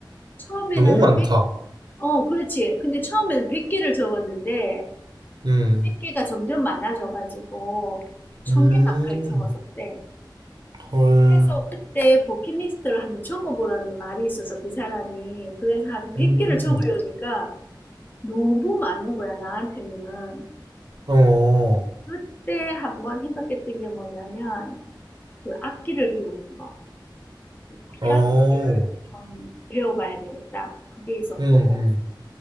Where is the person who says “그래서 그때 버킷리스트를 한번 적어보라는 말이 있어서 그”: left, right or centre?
Left